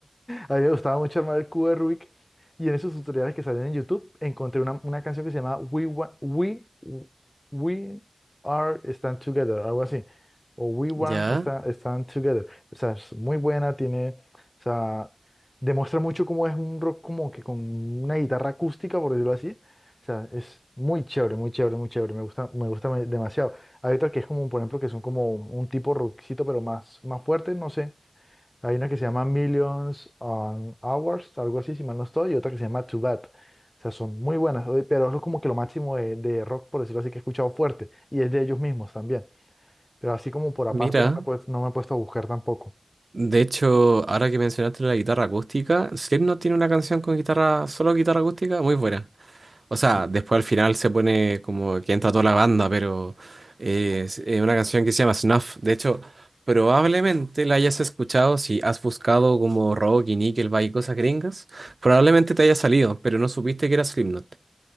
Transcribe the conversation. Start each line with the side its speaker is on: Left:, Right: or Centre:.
Left: a mí me gustaba mucho armar el cubo de Rubik y en esos tutoriales que salen en YouTube encontré una, una canción que se llama We, Wa- We, We Are Stand Together, algo así, o We Want
Right: ¿Ya?
Left: Stand, Stand Together. O sea, es muy buena, tiene, o sea, demuestra mucho cómo es un rock como que con una guitarra acústica, por decirlo así. O sea, es muy chévere, muy chévere, muy chévere, me gusta, me gusta me- demasiado. Hay otra que es como, por ejemplo, que son como un tipo rockcito, pero más, más fuerte, no sé. Hay una que se llama Millions on Hours, algo así, si mal no estoy, y otra que se llama Too Bad. O sea, son muy buenas, oye, pero eso es como que lo máximo de, de rock, por decirlo así, que he escuchado fuerte, y es de ellos mismos también. Pero así como por aparte
Right: Mira,
Left: no me, he puest- no me he puesto a buscar tampoco.
Right: de hecho, ahora que mencionaste la guitarra acústica, no tiene una canción con guitarra, solo guitarra acústica, muy buena. O sea,
Left: Sí.
Right: después al final se pone como que entra toda la banda, pero eh, es eh, una canción que se llama Snuff. De hecho, probablemente la hayas escuchado si has buscado como rock y Nickelback y cosas gringas. Probablemente te haya salido, pero no supiste que era Slipknot.